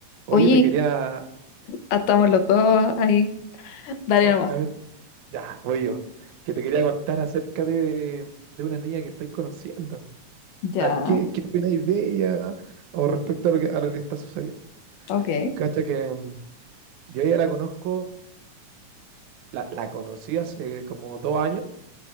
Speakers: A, on the right; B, on the left.
A: Oye,
B: Oye,
A: te quería,
B: estamos los dos ahí. Dale
A: o-
B: nomás.
A: a ver, ya, voy yo, que te quería contar acerca de, de una niña que estoy conociendo.
B: Ya,
A: A ver, ¿qué, qué opináis de ella o respecto a lo que, a lo que está sucediendo?
B: ok.
A: Cacha que mm, yo ya la conozco, la, la conocí hace como dos años,